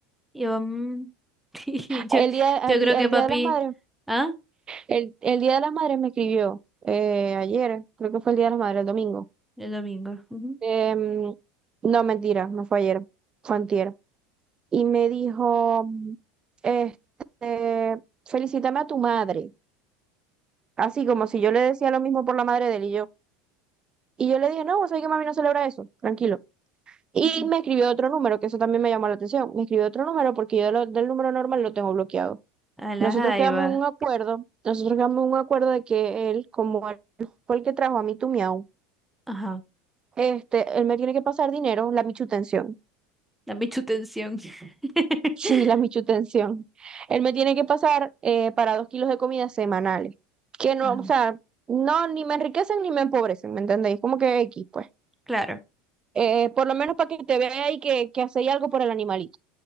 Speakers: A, in the centre; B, on the right.
A: Y yo, mm, <laughs> y yo,
B: El día,
A: yo
B: el
A: creo
B: día
A: que
B: el
A: papi,
B: día de las madres,
A: ¿ah?
B: el, el día de las madres me escribió eh, ayer, creo que fue el día de las madres, el domingo.
A: El domingo. ujú,
B: Em, no, mentira, no fue ayer, fue antier. Y me dijo, este, felicítame a tu madre. Así como si yo le decía lo mismo por la madre de él y yo. Y yo le dije, no, vos sabés que mami no celebra eso, tranquilo. Y
A: ujú.
B: me escribió otro número, que eso también me llamó la atención. Me escribió otro número porque yo de lo- del número normal lo tengo bloqueado.
A: A la
B: Nosotros
A: jaiba.
B: quedamos en un acuerdo, nosotros quedamos en un acuerdo de que él, como él fue el que trajo a mi tu miau,
A: Ajá.
B: este, él me tiene que pasar dinero, la michutención.
A: Dame tu tensión. <laughs>
B: Sí, la michutención. Él me tiene que pasar eh, para dos kilos de comida semanales. Que no,
A: Ajá.
B: o sea, no, ni me enriquecen ni me empobrecen, ¿me entendéis? Como que X, pues.
A: Claro,
B: eh, por lo menos para que te vea y que, que hacéis algo por el animalito.